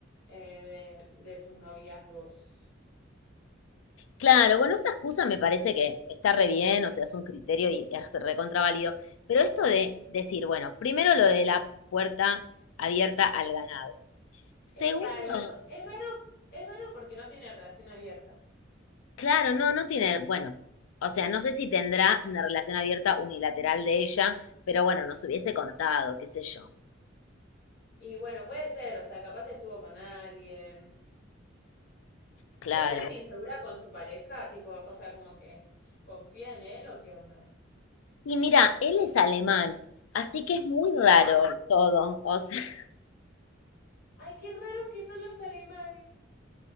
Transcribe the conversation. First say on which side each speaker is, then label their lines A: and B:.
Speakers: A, on the left; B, on the left.
A: eh, de, de sus noviazgos.
B: Claro, bueno, esa excusa me parece que está re bien, o sea, es un criterio y es recontraválido, pero esto de decir, bueno, primero lo de la puerta abierta al ganado. Segundo,
A: Es raro, eso, es raro, es raro porque no tiene relación abierta.
B: claro, no, no tiene, bueno, o sea, no sé si tendrá una relación abierta unilateral de ella, pero bueno, nos hubiese contado, qué sé yo,
A: Y bueno, puede ser, o sea, capaz estuvo con alguien.
B: claro.
A: Pero ella es insegura con su pareja, tipo, o sea, como que confía en él o qué onda.
B: Y mira, él es alemán, así que es muy raro
A: Ah,
B: todo, o sea, <laughs>
A: Ay, qué raros que son los alemanes.